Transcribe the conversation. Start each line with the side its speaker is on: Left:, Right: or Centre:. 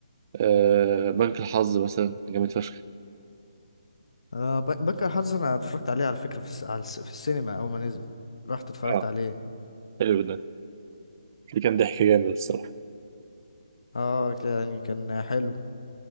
Right: آه بنك الحظ مثلا جامد فشخ
Left: آه ب- بنكر حظ انا اتفرجت عليه على فكرة في, الس... على الس... في السينما اول ما نزل رحت اتفرجت
Right: اه
Left: عليه
Right: حلو ده دي كان ضحك جامد الصراحه
Left: اه ك- يعني كان حلو